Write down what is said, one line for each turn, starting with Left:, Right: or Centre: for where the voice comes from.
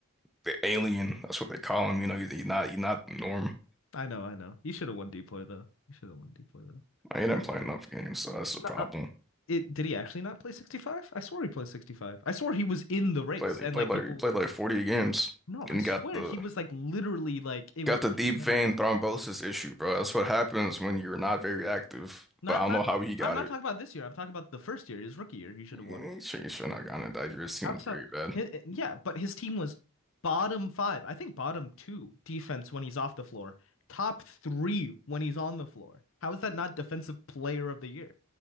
Centre: the alien. That's what they call him. You know, you- you're not you're not the norm.
Left: I know, I know. You should have won DPOY though. You should have won DPOY though.
Centre: I ain't playing enough games, so that's the
Left: No,
Centre: problem.
Left: uh, it did he actually not play 65? I swore he played 65. I swore he was in the race
Centre: Play he
Left: and
Centre: played
Left: like
Centre: like
Left: people
Centre: he played like 40 games
Left: No,
Centre: and
Left: I swear
Centre: he got the
Left: he was like literally like it
Centre: got
Left: was between
Centre: the deep
Left: him
Centre: vein
Left: and
Centre: thrombosis issue, bro. That's what happens when you're not very active.
Left: not
Centre: But I don't
Left: not
Centre: know how he got
Left: I'm not
Centre: it.
Left: talking about this year. I'm talking about the first year, his rookie year. He should
Centre: He
Left: have won it.
Centre: should he should not gotten it that year. His team
Left: How
Centre: was
Left: so?
Centre: very bad.
Left: Hi- eh, yeah, but his team was bottom five. I think bottom two defense when he's off the floor, top three when he's on the floor. How is that not defensive player of the year?